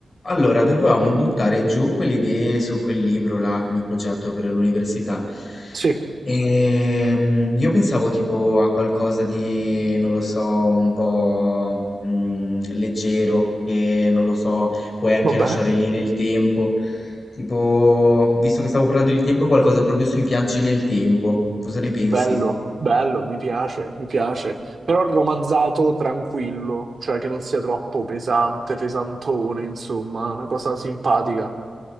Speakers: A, on the left; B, on the right.
A: Allora, dovevamo buttare giù quelle idee su quel libro là come progetto per l'università.
B: Sì,
A: E mm, io pensavo tipo a qualcosa di, non lo so, un po' mm, leggero, che non lo so, puoi anche
B: va bene.
A: lasciare lì nel tempo. Tipo, visto che stavo parlando di tempo, qualcosa proprio sui viaggi nel tempo. Cosa ne pensi?
B: Bello, bello, mi piace, mi piace. Però romanzato tranquillo, cioè che non sia troppo pesante, pesantone, insomma, una cosa simpatica.